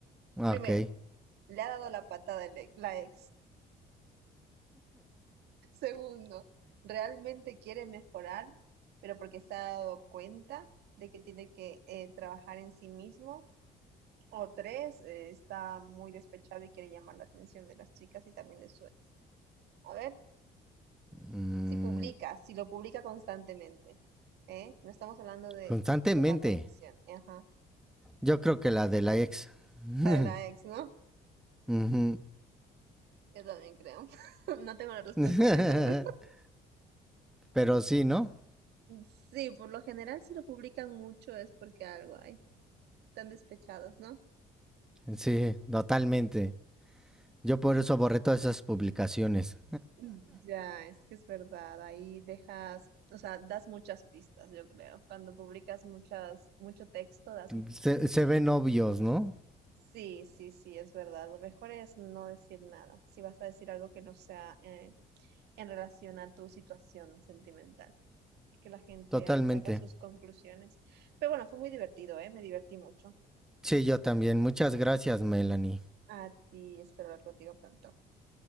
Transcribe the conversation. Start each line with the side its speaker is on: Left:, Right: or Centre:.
Centre: Ah,
Right: Primero,
Centre: Ok.
Right: le ha dado la patada el e- la ex. Segundo, realmente quiere mejorar, pero porque se ha dado cuenta de que tiene que eh, trabajar en sí mismo. O tres, eh, está muy despechado y quiere llamar la atención de las chicas y también de su ex. A ver,
Centre: Mm,
Right: si publica, si lo publica constantemente, ¿eh? No estamos hablando de
Centre: constantemente.
Right: tomar la decisión. Ajá,
Centre: Yo creo que la de la ex. <laughs>
Right: la de la ex, ¿no?
Centre: Ujú.
Right: Yo también creo. <laughs> No tengo la respuesta
Centre: <laughs>
Right: a eso, pero
Centre: Pero sí, ¿no?
Right: sí, por lo general si lo publican mucho es porque algo hay. Están despechados, ¿no?
Centre: Sí, totalmente. Yo por eso borré todas esas publicaciones.
Right: <laughs> Ya, es que es verdad, ahí dejas, o sea, das muchas pistas, yo creo. Cuando publicas muchas, mucho texto, das... mu-
Centre: Se, se ven obvios, ¿no?
Right: Sí, sí, sí, es verdad. Lo mejor es no decir nada, si vas a decir algo que no sea eh, en relación a tu situación sentimental, porque la gente
Centre: Totalmente.
Right: ahí saca sus conclusiones. Pero bueno, fue muy divertido, ¿eh? Me divertí mucho.
Centre: Sí, yo también. Muchas gracias, Melanie.
Right: A ti, espero hablar contigo pronto.